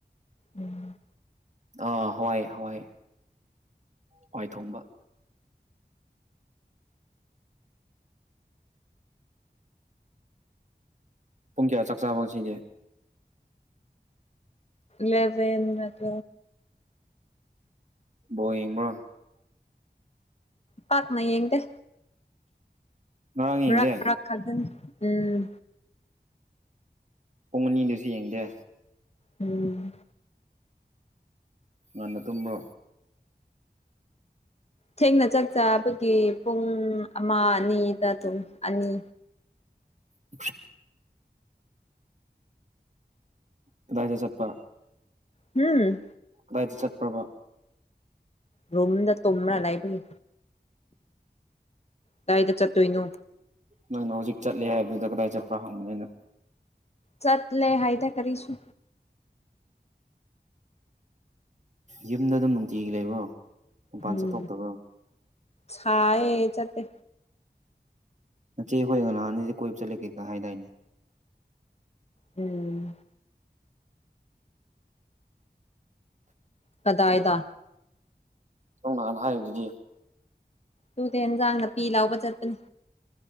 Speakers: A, on the left (about 40°); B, on the right (about 45°).
A: ꯎꯝ
B: ꯑꯥ ꯍꯥꯋꯥꯏ ꯍꯥꯋꯥꯏ ꯋꯥꯏ ꯊꯣꯡꯕ ꯄꯨꯡ ꯀꯌꯥ ꯆꯥꯛ ꯆꯥꯕ ꯉꯁꯤꯗꯤ
A: ꯂꯦꯕꯦꯟꯗ꯭ꯔꯥ <unintelligible>
B: ꯕꯣꯌꯦꯡꯕ꯭ꯔꯣ
A: ꯄꯥꯛꯅꯥ ꯌꯦꯡꯗ
B: ꯉꯔꯥꯡ
A: ꯃꯔꯛ
B: ꯌꯦꯡꯗꯦ
A: ꯃꯔꯛ ꯈꯛꯇꯅꯤ ꯎꯝ
B: ꯄꯨꯡ ꯑꯅꯤꯗꯨꯁꯨ ꯌꯦꯡꯗꯦ
A: ꯎꯝ
B: ꯉꯟꯅ ꯇꯨꯝꯕ꯭ꯔꯣ
A: ꯊꯦꯡꯅ ꯆꯥꯛꯆꯥꯕꯒꯤ ꯄꯨꯡ ꯑꯃ ꯑꯅꯤꯗ ꯇꯨꯝ ꯑꯅꯤ
B: <inaudible> ꯀꯗꯥꯏꯗ ꯆꯠꯄ
A: ꯍꯨꯝ
B: ꯀꯗꯥꯏꯗ ꯆꯠꯄ꯭ꯔꯕ
A: ꯔꯨꯝꯗ ꯇꯨꯝꯔꯥ ꯂꯩꯕꯒꯤ ꯀꯔꯥꯏꯗ ꯆꯠꯇꯣꯏꯅꯣ
B: ꯅꯪꯅ ꯍꯣꯖꯤꯛ ꯆꯠꯂꯦ ꯍꯥꯏꯕꯗꯨꯗ ꯀꯔꯥꯏ ꯆꯠꯄ꯭ꯔꯥ ꯍꯪꯕꯅꯤꯅ
A: ꯆꯠ ꯂꯦ ꯍꯥꯏꯗꯦ ꯀꯔꯤꯁꯨ
B: ꯌꯨꯝꯗ ꯑꯗꯨꯝ ꯅꯨꯡꯇꯤꯒꯤ ꯂꯩꯕ꯭ꯔꯣ ꯃꯄꯥꯟ
A: ꯎꯝ
B: ꯆꯠꯊꯣꯛꯇꯕ꯭ꯔꯣ
A: ꯁꯥꯏꯌꯦ ꯆꯠꯇꯦ
B: ꯅꯆꯦ ꯑꯩꯈꯣꯏꯒ ꯅꯍꯥꯟꯗꯗꯤ ꯀꯣꯏꯕ ꯆꯠꯂꯦ ꯀꯩꯀꯥ ꯍꯥꯏꯗꯥꯏꯅꯦ
A: ꯎꯝ ꯀꯗꯥꯏꯗ
B: ꯅꯪ ꯅꯥꯍꯟ ꯍꯥꯏꯢꯗꯨꯗꯤ
A: ꯇꯨꯗꯤ ꯏꯦꯟꯖꯥꯡ ꯅꯄꯤ ꯂꯥꯎꯕ ꯆꯠꯄꯅꯤ